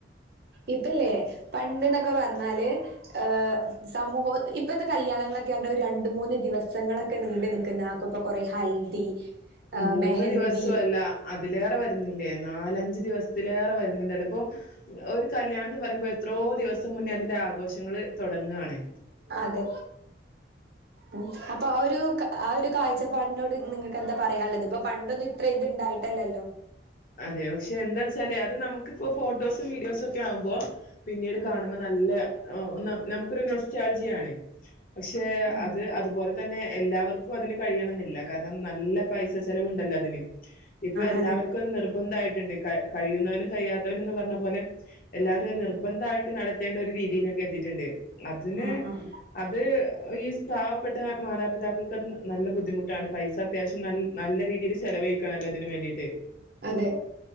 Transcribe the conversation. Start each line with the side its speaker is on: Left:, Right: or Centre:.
Right: ഇപ്പല്ലേ പണ്ട് എന്നൊക്കെ പറഞ്ഞാല് ഏഹ് സമൂഹ ഇപ്പഴത്തെ കല്യാണങ്ങളൊക്കെ പറഞ്ഞ ഒരു രണ്ട് മൂന്ന് ദിവസങ്ങളൊക്കെ നീണ്ട് നിൽക്കുന്ന ആക്ക ഇപ്പൊ കൊറെ ഹൽദി. ആഹ്
Left: മൂന്ന്
Right: മെഹന്തി
Left: ദിവസും അല്ല. അതിലേറെ വരുന്നില്ലേ നാലഞ്ച ദിവസത്തിലേറെ വരുന്നുണ്ട്ല്ലപ്പോ ഒരു കല്യാണം എന്ന് പറയുമ്പോ. എത്രോ ദിവസം മുന്നേ അതിന്റെ ആഘോഷങ്ങൾ തുടങ്ങാണ്.
Right: അതെ ഉ അപ്പൊ ആ ഒരു ആ ഒരു കാഴ്ചപ്പാടിനോട് നിങ്ങൾക്ക് എന്താ പറയാള്ളത് ഇപ്പൊ പണ്ടൊന്നും ഇത്ര ഇത്ണ്ടായിട്ടല്ലല്ലോ.
Left: അതെ പക്ഷെ എന്താ വെച്ചാല് അത് നമുക്കിപ്പോ ഫോട്ടോസും വീഡിയോസൊക്കെ ആവുമ്പോ പിന്നീട്
Right: ഉം
Left: കാണുമ്പോ നല്ല നമുക്കൊരു നൊസ്റ്റാൾജിയ ആണ് പക്ഷെ
Right: ആഹ്
Left: അത് അതുപോലെ. തന്നെ എല്ലാവർക്കും അതിന് കഴിയണന്നില്ല കാരണം നല്ല പൈസ ചെലവുണ്ടല്ലോ അതിന്. ഇപ്പൊ എല്ലാവർക്കും
Right: ആഹ് അതെ
Left: അത് നിർബന്ധയിട്ടുണ്ട് കഴിയുന്നവനും കഴിയാത്തവനന്ന് പറഞ്ഞ പോലെ. എല്ലാവരും നിർബന്ധ ആയിട്ട് നടത്തേണ്ട ഒരു രീതിയിലൊക്കെ എത്തിയിട്ടുണ്ട് അതിന്.
Right: ആഹ് ആഹ്
Left: അത് ഈ പാവപ്പെട്ട മാതാപിതാക്കൾക്ക് അത് നല്ല ബുദ്ധിമുട്ടാണ്. പൈസ അത്യാവശ്യം നൽ നല്ല രീതില് ചെലവയ്ക്കണല്ലോ ഇതിന് വേണ്ടീട്ട്
Right: അതെ